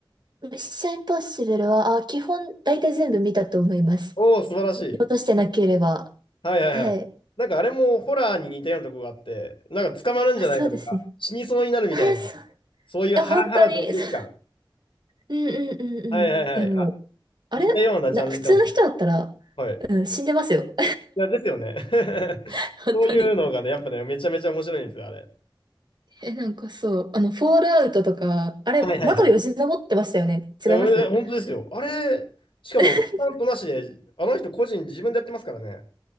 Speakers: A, on the right; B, on the left.
A: ミッションインポッシブルは、あ、基本大体全部見たと思います。
B: おお、素晴らしい。
A: 見落としてなければ。
B: はいはいはい。
A: はい。
B: なんかあれもホラーに似たようなとこがあって、なんか捕まるんじゃないかとか、
A: あ、そうですね。
B: 死にそうになるみたいな、
A: あ、そう。
B: そういうハラハラドキドキ感。
A: あ、本当に。<laughs> そううんうんうんうん。
B: はいはいはい。
A: いや、もう、
B: あ、
A: あれな、
B: 似たようなジャンルかもしれ
A: 普通の人だったら、
B: ない。はい。
A: うん、死んでますよ。
B: いや、ですよね。<laughs>
A: <laughs> 本当に。
B: そういうのがね、やっぱね、めちゃめちゃ面白いんですよ、あれ。
A: え、なんかそう、あの、フォールアウトとか、あれ、
B: はいはいはい。
A: 窓よじ登ってましたよね。違います
B: で俺、本当ですよ。あれ、しかも、
A: <laughs>
B: ちゃんとなしで、あの人個人自分でやってますからね。